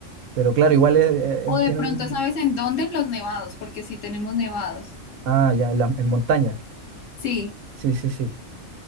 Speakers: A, on the right; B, on the left.
A: Pero claro, igual eh,
B: O
A: eh,
B: de
A: tienen...
B: pronto, ¿sabes en dónde? En los nevados, porque sí tenemos nevados.
A: Ah, ya, en, la- en montaña.
B: Sí,
A: Sí, sí, sí.